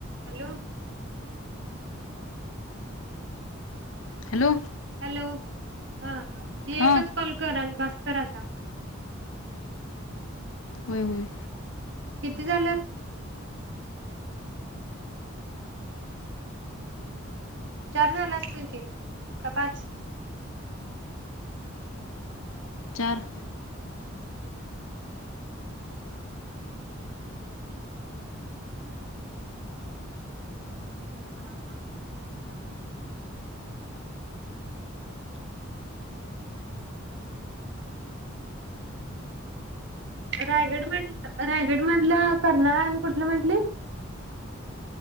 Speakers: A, on the right; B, on the left.
A: हॅलो.
B: हॅलो.
A: हॅलो हा. हे
B: हां
A: एकच पान कर आ - बासकर आता.
B: होय होय.
A: किती झालेत? चार झाल असतील की? का पाच?
B: चार.
A: <inaudible> हम <unintelligible> <unintelligible> रायगड मध, रायगड मधलं करणाळा आणि कुठलं म्हटली?